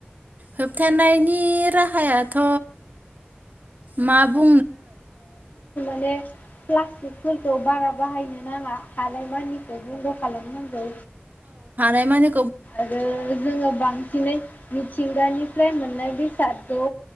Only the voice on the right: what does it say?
होबथानायनि राहायाथ मा बुं
हानाय मानि